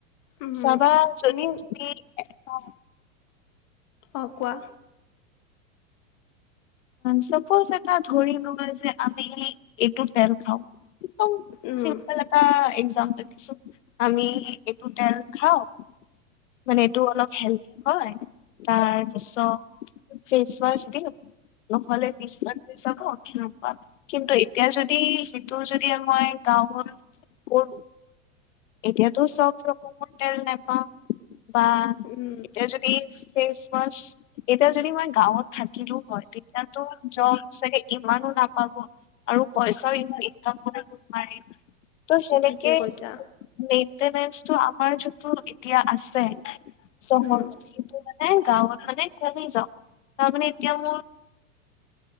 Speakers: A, on the left; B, on the left.
A: উম।
B: চাবা যদি
A: এনে
B: তুমি এটা
A: অ', কোৱা।
B: চাপজ এটা ধৰি লোৱা যে আমি এইটো তেল খাওঁ। একদম
A: উম
B: চিম্পল এটা এক্সাম্পল দিছো, আমি এইটো তেল খাওঁ। মানে এইটো অলপ হেলডি হয়, তাৰপিছত ফেচৱাছ দি নহ'লে বি কৃষক অক্ষি ন পাত <unintelligible> কিন্তু এতিয়া যদি সেইটো যদি মই গাওঁবোৰত কৰো এতিয়াতো চব ৰকমৰ তেল নাপাম। বা
A: উম
B: এতিয়া যদি ফেচৱাছ, এতিয়া যদি মই গাঁৱত থাকিলো হয় তেতিয়াতো য চাগে ইমানো নাপাব আৰু পইচাও ইমান ইনকাম কৰিব নোৱাৰি। ত' সেনেকে,
A: ঠিকে কৈছা।
B: মেইনটেনেনচটো আমাৰ যোনতো এতিয়া আছে চহৰত
A: উম
B: নাই গাঁৱত মানে কমেই যাওঁ, তাৰমানে এতিয়া মোৰ